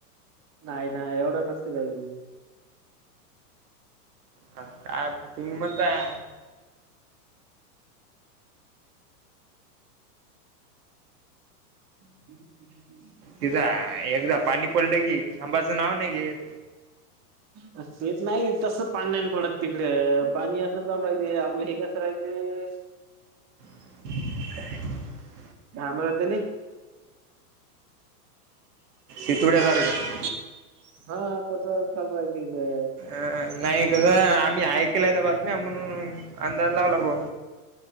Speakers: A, on the right (about 35°); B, on the right (about 75°).
A: नाही ना एवढं नसत काही
B: काय तुम्ही म्हणताय
A: हम्म ह
B: तिथं एकदा पाणीपल्ट घी खंबाचं नाव नाही घेत
A: ब तेेत नाही तस पाण्या पडत तिकडे पाणी असं ललं आपलं हे सरये
B: ह
A: घम जात
B: तथुड्या सारखं
A: हा तसं चालय भ
B: अ नाही कसं आम्ही ऐकलंय त्या बातम्या म्हणून अंदाज लावला भा